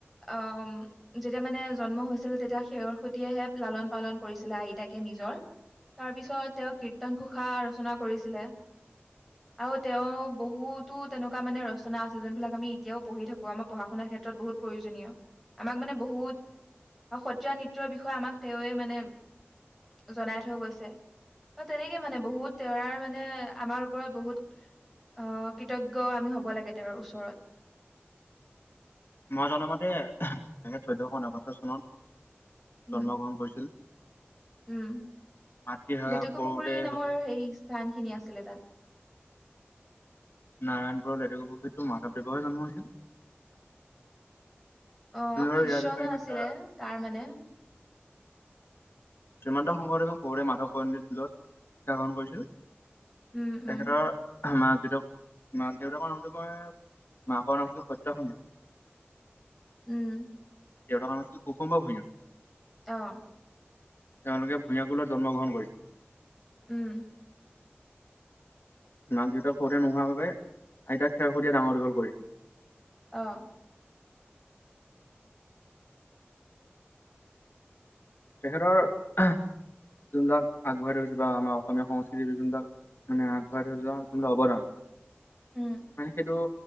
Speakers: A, in the centre; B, on the left.
A: আহ যেতিয়া মানে জন্ম হৈছিল তেতিয়া সেৰ সৈতেহে লালন পালন কৰিছিলে আইতাকে নিজৰ তাৰ পিছত তেওঁ কীৰ্তন ঘোষা ৰচনা কৰিছিলে আৰু তেওঁ বহুতো তেনেকুৱা মানে ৰচনা আছে। যোনবিলাক আমি এতিয়াও পঢ়ি থাকোঁ‌। আমাৰ পঢ়া শুনাৰ ক্ষেত্ৰত বহুত প্ৰয়োজনীয় আমাক মানে বহুত সত্ৰীয়া নৃত্যৰ বিষয়ে আমাক তেৱে মানে জনাই থৈ গৈছে। তেনেকে মানে বহুত তেৰাৰ মানে আমাৰ ওপৰত বহুত। আহ কৃতজ্ঞ। আমি হ'ব লাগে তেওঁৰ ওচৰত।
B: মই জনামতে তেখেত চৈধ্যশ নবছৰ চনত।
A: উম
B: জন্ম গ্ৰহণ কৰিছিল।
A: উম
B: মাতৃহাৰা
A: লেটেকু
B: সৰুতে
A: পুখুৰী নামৰ
B: হৈছিল
A: সেই স্থান খিনি আছিলে তাত।
B: নাৰায়ণপুৰৰ লেতেকু পুখুৰী তটো মাধৱদেৱহে জন্ম হৈছিল
A: অ
B: তুমি বাৰু
A: শিষ্যজন
B: ইয়াৰ বিষয়ে ইমান
A: আছিলে
B: এটা
A: তাৰ মানে।
B: শ্ৰীমন্ত শংকৰদেৱে সৰুতে মাধৱ কন্দলীৰ স্কুলত শিক্ষা গ্ৰহণ কৰিছিল।
A: উম
B: তেখেতৰ
A: উম
B: মাক দেউতাক মাকৰ দেউতাকৰ নামটো মই মাকৰ নামটো সত্যসধ্যা
A: উম
B: দেউতাৰ নাম আছিল কুসুম্বা ভূঞা।
A: অহ
B: তেওঁলোকে ভূঞাকুলত জন্মগ্ৰহণ কৰিছিল।
A: উম
B: মাক দেউতাক সৰুতে নোহোৱাৰ বাবে আইতাক খেৰসূতিয়ে ডাঙৰ দীঘল কৰিছিল।
A: অহ
B: তেখেতৰ যোনবিলাক আগবঢ়াই থৈছে বা আমাৰ অসমীয়া সংস্কৃতিৰ যোনবিলাক মানে আগবঢ়াই থৈ যোৱা যোনবিলাক অৱদান। মানে
A: উম
B: সেইটো